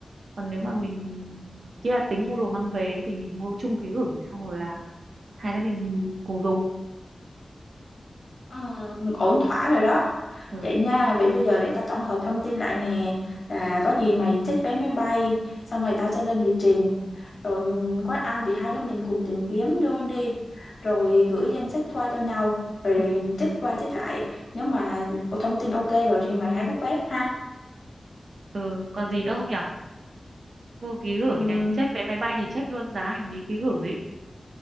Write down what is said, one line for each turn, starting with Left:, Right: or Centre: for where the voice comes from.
Right: còn nếu mà mình chỉ là tính mua đồ mang về ấy, thì mình mua chung ký gửi xong rồi là hai đứa mình cùng dùng
Left: ừ, ổn thỏa rồi đó
Right: ừ.
Left: vậy nha vậy bây giờ để tao tổng hợp thông tin lại nè là có gì mày check vé máy bay xong rồi tao sẽ lên lịch trình rồi quán ăn thì hai đứa mình cùng tìm kiếm luôn đi rồi gửi danh sách qua cho nhau rồi
Right: ừ.
Left: check qua check lại nếu mà thông tin ok rồi thì mày hãy book vé ha
Right: ừ. còn gì nữa không nhở mua ký gửi
Left: ừ,
Right: này check vé máy bay thì check luôn giá hành lý ký gửi